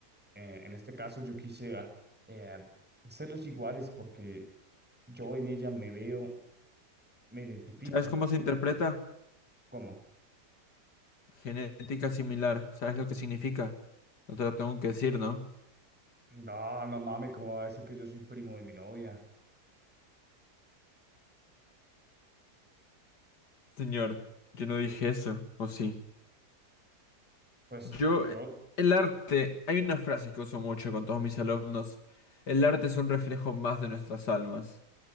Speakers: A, in the centre; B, on the left.
A: Eh, en este caso yo quise ah, eh, hacerlos iguales porque yo en ella me veo me identifico.
B: ¿Sabes cómo se interpreta?
A: ¿Cómo?
B: Genética similar, ¿sabes lo que significa? No te lo tengo que decir, ¿no?
A: No, no mames, ¿cómo va a decir que yo soy primo de mi novia?
B: Señor, yo no dije eso, ¿o sí?
A: Pues
B: Yo,
A: yo,
B: el arte, hay una frase que uso mucho con todos mis alumnos. El arte es un reflejo más de nuestras almas.